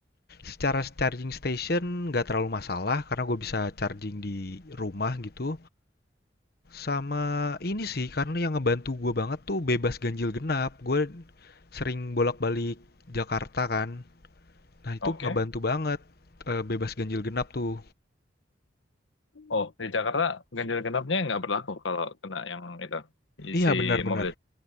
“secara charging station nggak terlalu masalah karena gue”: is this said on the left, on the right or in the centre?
Left